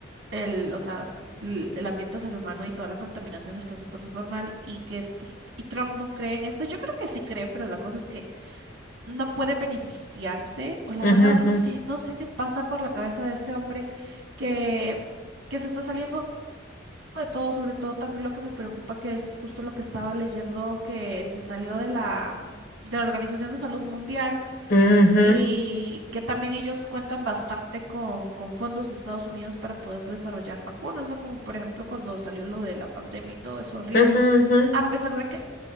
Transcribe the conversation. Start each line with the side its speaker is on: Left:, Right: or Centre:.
Right: el, o sea, l- el, ambiente es el humano y toda la contaminación está súper, súper mal y que Tr- y Trump no cree en esto. Yo creo que sí cree, pero la cosa es que no puede beneficiarse, o la
Left: ujú,
Right: verdad, no
Left: ujú,
Right: sé, no sé qué pasa por la cabeza de este hombre que, que se está saliendo de todo, sobre todo también lo que me preocupa, que es justo lo que estaba leyendo, que se salió de la, de la Organización de Salud Mundial
Left: ujú,
Right: y que también ellos cuentan bastante con, con fondos de Estados Unidos para poder desarrollar vacunas, ¿no? Como por ejemplo cuando salió lo de la pandemia y todo es horrible.
Left: ujú, ujú.
Right: A pesar de que